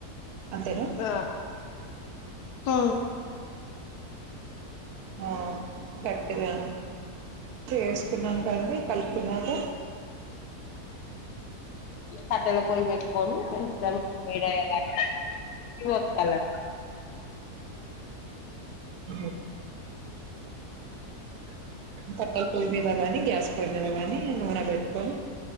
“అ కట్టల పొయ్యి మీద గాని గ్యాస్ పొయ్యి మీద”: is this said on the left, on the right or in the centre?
Right